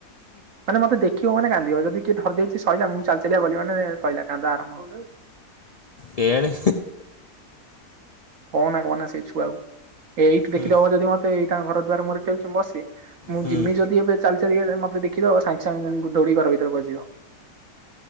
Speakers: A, on the right; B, on the left.
A: ମାନେ ମତେ ଦେଖିବ ମାନେ କାନ୍ଦିବ ଯଦି ଟିକେ ଧରି ଦେଇେଇଛି ସରିଲା ମୁଁ ଚାଲିଚ ବୋଲି ମାନ ସରିଲା କାନ୍ଦ ଆରମ୍ଭ।
B: କେଣି
A: କ ନା କହନା ସେଇ ଛୁଆକୁ। ଏଇଠି
B: ହୁଁ
A: ଦେଖିଦବ ଯଦି ମତେ ଏଇ ତା ଘର ଦଵାର ମୋର ଚାଳଚଛି ମସି ମୁଁ
B: ହୁଁ
A: ଜିମି ଯଦି ଏବେ ଚାଲି ମତେ ଦେଖି ସାଙ୍ଗେ ସାଙ୍ଗିନ ଦୌଡି ଘର ଭିତରେ ବସିବ।